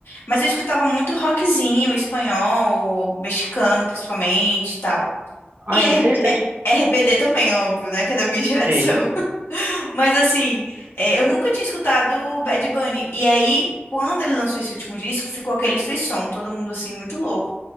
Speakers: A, on the left; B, on the right.
A: Mas eu escutava muito rockzinho, espanhol, mexicano, principalmente, e tal.
B: Ai,
A: E R-
B: que interessante.
A: é, RBD também, óbvio, né? Que é da minha <laughs> geração.
B: Sim,
A: Mas, assim, é, eu nunca tinha escutado o Bad Bunny. E aí, quando ele lançou esse último disco, ficou aquele frisson, todo mundo, assim, muito louco.